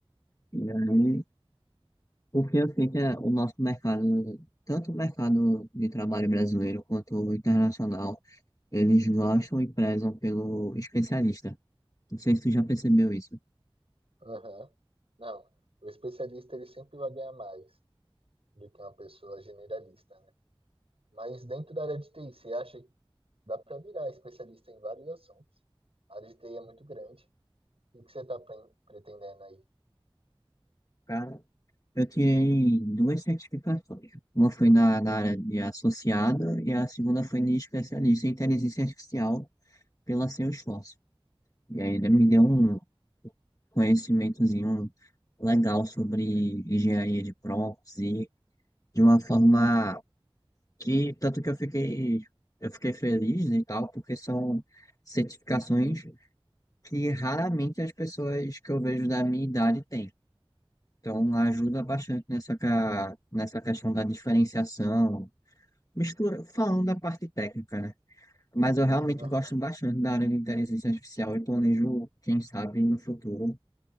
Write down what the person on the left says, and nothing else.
E aí, porque eu sinto que é o nosso mercado, tanto o mercado de trabalho brasileiro quanto o internacional Eles gostam e prezam pelo especialista. Não sei se tu já percebeu isso.
Cara, eu tirei duas certificações. Uma foi na, na área de associada e a segunda foi de especialista em inteligência artificial pela Salesforce. E ainda me deu um conhecimentozinho legal sobre engenharia de prompts e de uma forma que tanto que eu fiquei eu fiquei feliz né, e tal, porque são certificações que raramente as pessoas que eu vejo da minha idade têm. Então, ajuda bastante nessa, ca- nessa questão da diferenciação, mistura, falando da parte técnica, né? Mas eu realmente
gosto bastante da área de inteligência artificial e planejo, quem sabe, no futuro,